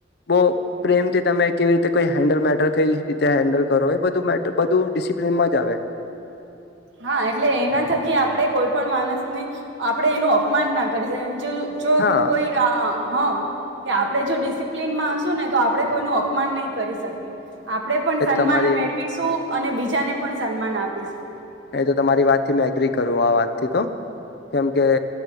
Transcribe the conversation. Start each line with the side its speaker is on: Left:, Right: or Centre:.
Left: બો પ્રેમથી તમે કેવી રીતે કોઈ હેન્ડલ મેટર કઈ રીતે હેન્ડલ કરો એ બધું મે બધું ડિસિપ્લનમાં જ આવે.
Right: હા એટલે એના થકી આપડે કોઈ પણ માણસને આપડે એનું અપમાન ના કરી જો જો
Left: હા
Right: કોઈ આ હા કે આપડે જો ડિસિપ્લીનમાં હશું ને તો આપડે કોઈનું અપમાન નહી કરી શકીએ. આપડે પણ
Left: એ
Right: સન્માન
Left: તમારી
Right: મેળવીશું. અને બીજાને પણ સન્માન આપ પી શું.
Left: એ તો તમારી વાતથી મે એગ્રી કરું આ વાતથી તો કેમ કે